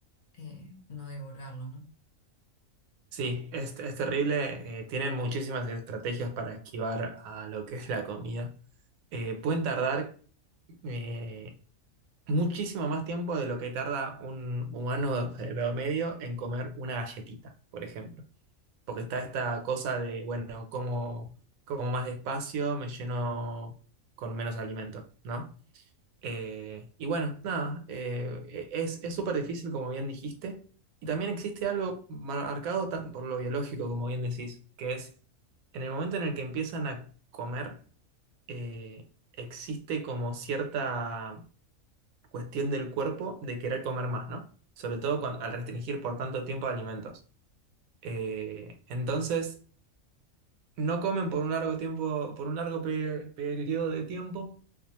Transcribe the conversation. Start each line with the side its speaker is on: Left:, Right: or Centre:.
Left: eh, no divulgarlo, ¿no?
Right: Sí, es, es terrible. eh, tienen muchísimas estrategias para esquivar a lo que es la comida. Eh, pueden tardar eh, muchísimo más tiempo de lo que tarda un humano de promedio en comer una galletita, por ejemplo. Porque está esta cosa de, bueno, como, como más despacio, me lleno con menos alimento, ¿no? Eh, y bueno, nada, eh, e, es, es súper difícil, como bien dijiste. Y también existe algo marcado tan- por lo biológico, como bien decís, que es en el momento en el que empiezan a comer, eh, existe como cierta cuestión del cuerpo de querer comer más, ¿no? Sobre todo cuan- al restringir por tanto tiempo alimentos. Eh, entonces, no comen por un largo tiempo, por un largo pe- periodo de tiempo